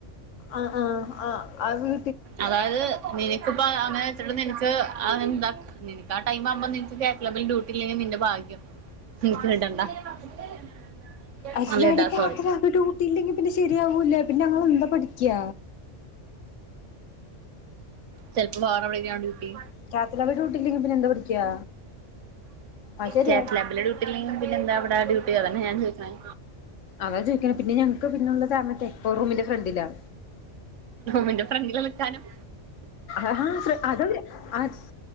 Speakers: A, on the left (about 85°); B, on the right (about 80°).
A: ആഹ് ആഹ് ആഹ്ആ വീ
B: അതായത് നിനക്ക് പ്പ അങ്ങനെ നിന എന്താ നിക്ക് ആടൈ ആുമ്പ നിനയാലബിൽ ഡ്യൂട്ടി ഇല്ലെങ്കിൽ നിന്റെ ഭാഗ്യം <unintelligible>
A: അതിലടയ്ക്ക്
B: ഇടാ സോറി
A: അത്ര ട്യൂട്ടിയില്ലെങ്കി പിന്നെ ശെരിയാകൂലേ പിന്നെ ഞങ്ങ എന്താ പഠിക്കുക
B: ചിലപ്പം വാറെവിളാണ് ഡ്യൂട്ടി
A: ക്യാപിലറി ടുട്ടി ഇലേങ്കിൽ പിന്നെ എന്ത പഠിക്കാ അത് ശരിയാ
B: കേ പബിലെ ഡ്യൂട്ടിയില്ലെങ്കിലും പിന്നെ എന്താ അവിടെ ഡ്യൂട്ടി അതന്നെ ഞാൻ ചോദിക്കണേ
A: അതാ ചോദിക്കണ പിന്നെ ഞങ്ങക്ക് പിന്നുള്ള താമത്തെ എക്കോറൂമിന്റെ ഫ്രണ്ടിലാ
B: മിന്റെ ഫ്രണ്ടില് വിളക്കാനും
A: അഹാ അത് അട്സ്